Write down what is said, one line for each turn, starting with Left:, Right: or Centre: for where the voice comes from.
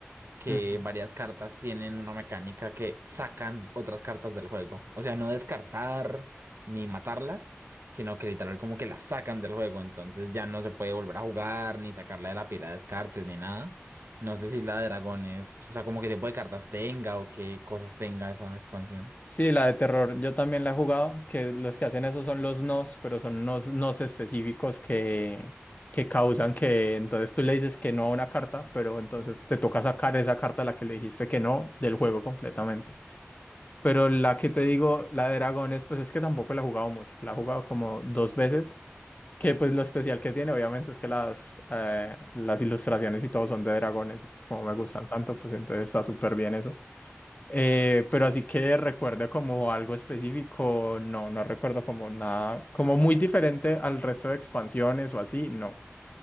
Right: que
Left: Bueno.
Right: varias cartas tienen una mecánica que sacan otras cartas del juego. O sea, no descartar ni matarlas, sino que literal como que las sacan del juego. Entonces ya no se puede volver a jugar, ni sacarla de la pila de descartes, ni nada. No sé si la de dragones, o sea, como que tipo de cartas tenga o qué cosas tenga esa expansión.
Left: Sí, la de terror, yo también la he jugado, que los que hacen eso son los nos, pero son nos, nos específicos que, que causan que entonces tú le dices que no a una carta, pero entonces te toca sacar esa carta a la que le dijiste que no del juego completamente. Pero la que te digo, la de dragones, pues es que tampoco la he jugado mucho, la he jugado como dos veces, que pues lo especial que tiene obviamente es que las, eh, las ilustraciones y todo son de dragones, y pues como me gustan tanto, pues entonces está súper bien eso. Eh, pero así que recuerde como algo específico, no, no recuerdo como nada, como muy diferente al resto de expansiones o así, no.